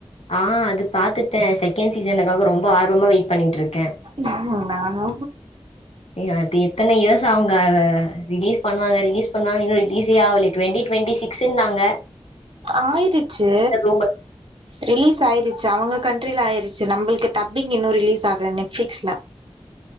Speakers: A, on the left (about 80°); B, on the right (about 55°).
A: ஆ அது பாத்துட்ட செகண்ட் சீசனுக்காக ரொம்ப ஆர்வமா வெயிட் பண்ணிட்டுருக்கே
B: ம் நானு
A: ஏங்க இப்ப எத்தன இயர்ஸ் ஆவுங்க ரிலீஸ் பண்ணுவாங்க ரிலீஸ் பண்ணுவாங்குறே ரிலீஸே ஆவேல டுவெண்டி டுவெண்டி சிக் சின்னாங்க
B: ஆயிருச்சு
A: ரூமர்.
B: ரிலீஸ் ஆயிருச்சு அவங்க கண்ட்ரில ஆயிருச்சு நம்மளுக்கு டப்பிங் இன்னு ரிலீஸ் ஆகல நெட்ஃப்ளிக்ஸ்ல